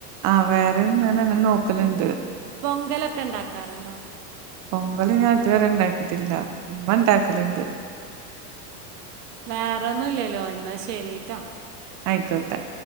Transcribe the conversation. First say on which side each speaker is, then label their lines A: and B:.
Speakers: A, on the right; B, on the right.
A: ആ വേറേയും ഞാനിങ്ങനെ നോക്കലുണ്ട്!
B: പൊങ്കലൊക്കെണ്ടാക്കാറുണ്ടോ?
A: പൊങ്കല് ഞാൻ ഇതുവരെ ഉണ്ടാക്കിയിട്ടില്ല, ഉമ്മ ഉണ്ടാക്കലുണ്ട്.
B: വേറൊന്നും ഇല്ലല്ലോ എന്നാ ശരീട്ടോ!
A: ആയിക്കോട്ടെ!